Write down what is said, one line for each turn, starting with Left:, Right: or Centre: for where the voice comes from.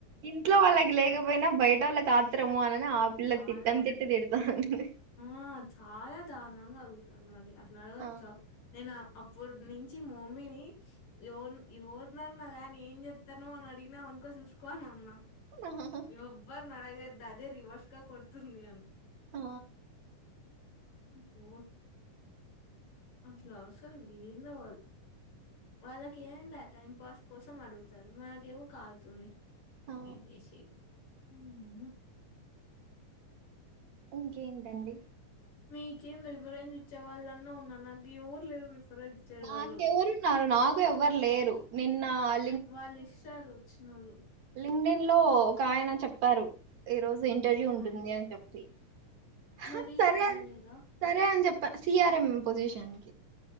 Right: ఇంట్లో వాళ్ళకి
Left: ఇంకా
Right: లేకపోయినా బయటోళ్ళకి ఆత్రం ఆత్రము అని ఆపిల్ల
Left: చాలా
Right: తిట్టని తిట్టు తిడుతాంది.
Left: ఆ చాలా దారుణంగా అడుగుతారు మరి అట్లా అడగొచ్చా.
Right: ఆ
Left: నేను అప్ అప్పుడు నుంచి మా మమ్మీని ఎవరి ఎవరినన్నా గాని ఏం చెస్తాన్నావు అని అడిగినవనుకో చూసుకో అని అన్నా
Right: ఆహాహా.
Left: ఎవ్వరిని అడగొద్దు అదే రివర్స్గా కొడుతుంది అని
Right: ఆ
Left: <unintelligible> అట్లా అసలు ఏందో వాళ్ళు వాళ్ళకి ఏ లే టైం పాస్ కోసం అడుగుతారు మనకేమో కాల్తుంది
Right: ఆ
Left: ఏం చేసేది మ్ హు
Right: ఇంకేంటండి.
Left: మీకేం రిఫరెన్స్ ఇచ్చే వాళ్ళన్నా ఉన్నారు. నాకు ఎవరు లేరు రిఫరెన్స్ ఇచ్చే
Right: నాకెవరున్నారు
Left: వాళ్ళు
Right: నాకు ఎవ్వరు లేరు. నిన్న అ
Left: వాళ్ళు ఇస్తారు వచ్చినోళ్ళు.
Right: లింగ్డన్ లో ఒక ఆయన చెప్పారు ఈ రోజు ఇంటర్వ్యూ
Left: ఏమని
Right: ఉంటుంది అని చెప్పి. హ
Left: మరి
Right: సరే
Left: ఇయ్యలేదా
Right: అని సరే అని చెప్పా సిఆర్ఎం పొజిషన్